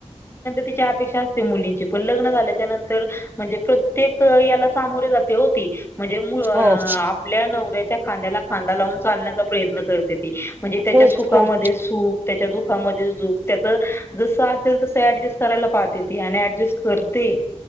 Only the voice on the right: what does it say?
हो
खूप
खूप